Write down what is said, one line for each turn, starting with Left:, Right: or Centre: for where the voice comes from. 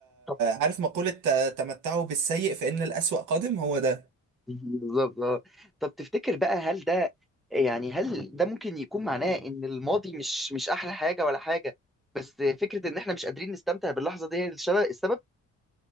Centre: طب
Right: عارف مقولة ت- تمتعوا بالسيء فإن الأسوأ قادم هو ده
Centre: <laughs> بالظبط اه طب تفتكر بقى هل ده يعني هل ده ممكن يكون معناه ان الماضي مش مش احلى حاجه ولا حاجه بس فكره ان احنا مش قادرين نستمتع باللحظه دي هي الشب- السبب